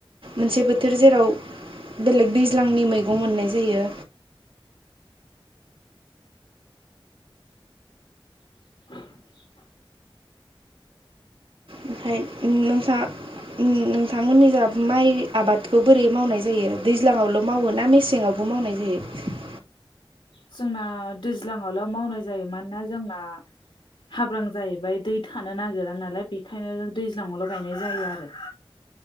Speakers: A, on the right (about 70°); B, on the left (about 75°).
A: मोनसे बोथोर जेराव बेलेग दैज्लांनि मैगं मोननाय जायो।
B: <unintelligible>
A: ओमफ्राय नोंथां नोंथांमोननि जा माइ आबादखौ बोरै मावनाय जायो दैज्लाङावल' मावो ना मेसेंआवबो मावनाय जायो?
B: जोंना दैज्लाङावल' मावनाय जायो मानोना जोंना हाब्रां जाहैबाय दै थानो नागिरा नालाय बेखायनो दैज्लाङावल' गायनाय जायो आरो